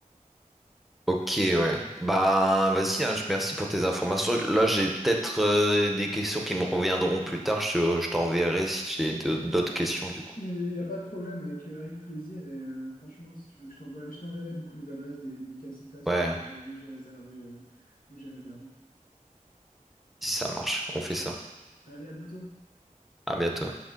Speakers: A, in the centre; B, on the left.
A: Ok, ouais. Bah, vas-y, hein, je- merci pour tes informations. Là, j'ai peut-être euh, des questions qui me reviendront plus tard. Je, je t'enverrai si j'ai de- d'autres questions, du coup.
B: Il n'y a pas de problème, avec, euh, avec plaisir. Et euh, franchement, si tu veux que je t'envoie, je t'enverrai du coup les adresses des, des casitas
A: Ouais,
B: euh, où j'ai où j'ai réservé, euh, où j'ai réservé.
A: si ça marche, on fait ça.
B: Allez, à bientôt.
A: À bientôt.